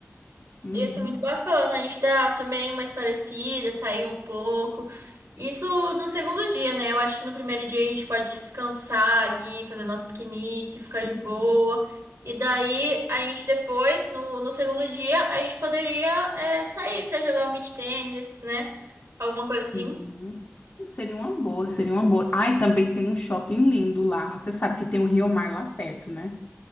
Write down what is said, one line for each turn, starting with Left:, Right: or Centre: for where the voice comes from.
Left: uhum,
Right: Ia ser muito bacana, a gente dá também umas parecidas, sair um pouco. Isso no segundo dia, né? Eu acho que no primeiro dia a gente pode descansar ali, fazer nosso piquenique, ficar
Left: uhum,
Right: de boa. E daí a gente depois, no, no segundo dia, a gente poderia é, sair pra jogar um beach tênis, né? Alguma coisa assim.
Left: sim. Seria uma boa, seria uma boa. ai também tem um shopping lindo lá. Você sabe que tem o Rio Mar lá perto, né?